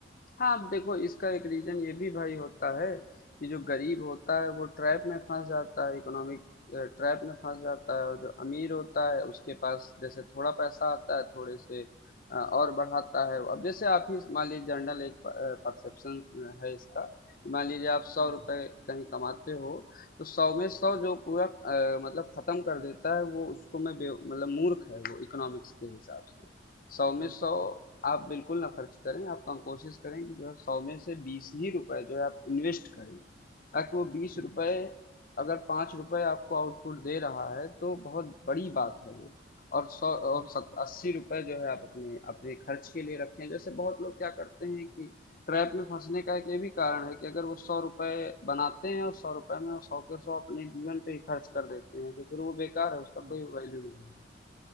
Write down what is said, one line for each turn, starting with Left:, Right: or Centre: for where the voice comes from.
Left: हाँ अब देखो इसका एक रीजन ये भी भाई होता है कि जो गरीब होता है वो ट्रैप में फंस जाता है इकोनॉमिक ट्रैप में फंस जाता है
Right: हाँ
Left: और जो अमीर होता है उसके पास जैसे थोड़ा पैसा आता है थोड़े से अ, और बढ़ाता है अब जैसे आप ही मान लीजिए जनरल एक परसेप्शन है इसका मान लीजिए आप सौ
Right: हम्म
Left: रुपए
Right: हम्म,
Left: कहीं कमाते हो तो सौ में सौ
Right: बिल्कुल
Left: जो पूरा अ, मतलब खत्म कर देता है वो उसको मैं बे- मतलब मूर्ख है वो इकोनॉमिक्स के हिसाब से 100 में
Right: बिल्कुल
Left: 100 आप बिल्कुल ना खर्च करें आप हम कोशिश करें कि जो है 100 में से 20 ही रुपए जो है आप इन्वेस्ट करें ताकि वो 20
Right: हम्म
Left: रुपए अगर 5 रुपए आपको आउटपुट दे रहा है तो बहुत बड़ी
Right: हम्म,
Left: बात है वो और 100 और
Right: बिल्कुल
Left: सत- 80 रुपए जो है आप अपने अपने खर्च के लिए रखें जैसे बहुत लोग क्या करते हैं कि ट्रैप में फंसने का एक ये भी कारण है कि अगर वो सौ रुपए बनाते हैं और सौ रुपए में वो सौ के सौ अपने जीवन पे ही खर्च कर देते हैं तो फिर वो बेकार है उसका
Right: हम्म
Left: कोई वैल्यू नहीं है